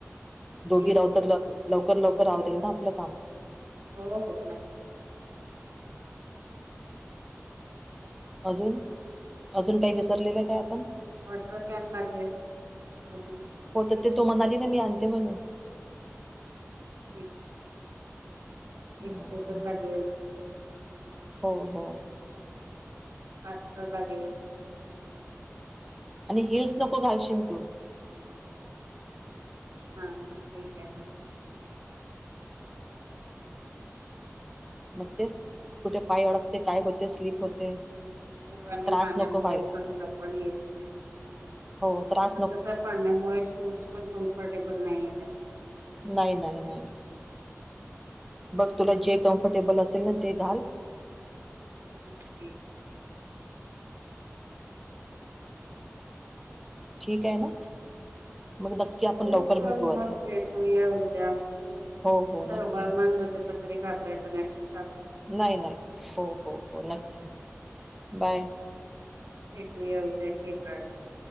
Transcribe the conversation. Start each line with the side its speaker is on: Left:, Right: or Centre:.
Centre: दोघी
Right: ठीक
Centre: रावतर
Right: आहे
Centre: ला! लवकर लवकर आवरेल ना आपलं काम.
Right: हो हो ना,
Centre: अजून, अजून काय विसरलेलं काय आपण.
Right: वॉटर कॅन लागेल आणि,
Centre: होत ते तो म्हणाली ना मी आणते म्हणून.
Right: ठीक आहे,
Centre: हं,
Right: डिस्पोझल लागेल.
Centre: हो हो.
Right: पात्र लागेल.
Centre: आणि हिल्स नको घालशीलन तू,
Right: हा, ठीक आहे ना,
Centre: मग तेच, कुठे पाय अडकते काय होते, स्लीप होते,
Right: आणि
Centre: त्रास
Right: पाण्यामुळे
Centre: नको व्हायला
Right: सांगता पण येत नाही.
Centre: हो तर आत,
Right: तस तर पाण्यामुळे शूज पण कम्फर्टेबल नाही आहे.
Centre: नाही नाही नाही. बग तुला जे कम्फर्टेबल असेल ना ते घाल.
Right: ओके.
Centre: ठीक आहे ना? मग नक्की आपण
Right: हो
Centre: लवकर
Right: चल
Centre: भेटू आता
Right: मग भेटूया उद्या,
Centre: हो हो नक्की
Right: हवामान बदलल त तरी घाबरायचं नाही खु
Centre: नाही नाही, हो हो, हो नक्की, बाय.
Right: भेटूया उद्या, घे काळजी.